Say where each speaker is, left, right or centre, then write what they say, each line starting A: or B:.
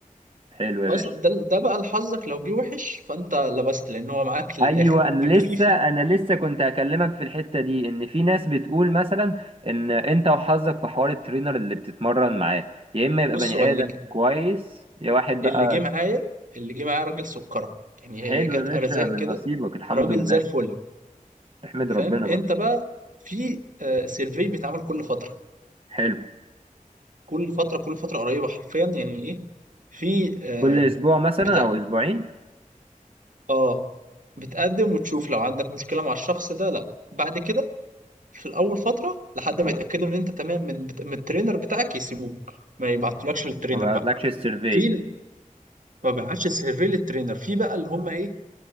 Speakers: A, on the right; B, on the right.
A: حلو يا
B: اصلا
A: باشا
B: ده ده بقى لحظك لو جه وحش فانت لبست لان هو معاك للاخر
A: ايوه انا
B: بيبقى
A: لسه
B: فيه فيه
A: انا لسه كنت هكلمك في الحته دي ان في ناس بتقول مثلا ان انت وحظك في حوار الترينر اللي بتتمرن معاه يا اما يبقى
B: بص
A: بني
B: هو اللي
A: ادم
B: جه
A: كويس يا واحد بقى
B: اللي جه معايا اللي جه معايا راجل سكره يعني
A: حلو
B: هي جت
A: يا باشا
B: ارزاق
A: من
B: كده
A: نصيبك الحمد
B: راجل
A: لله
B: زي الفل
A: احمد
B: فاهم
A: ربنا
B: انت
A: بقى
B: بقى في آه سيرفي بيتعمل كل فتره
A: حلو
B: كل فتره كل فتره قريبه حرفيا يعني ايه في آه
A: كل اسبوع مثلا
B: بتاع
A: او اسبوعين
B: اه بتقدم وتشوف لو عندك مشكله مع الشخص ده لا بعد كده في الاول فتره لحد ما
A: آه،
B: يتاكدوا ان انت تمام من من الترينر بتاعك يسيبوك ما يبعتولكش للترينر
A: ما بعتلكش
B: بقى
A: السيرفي
B: في ال- ما بيعملش سيرفي للترينر في بقى اللي هم ايه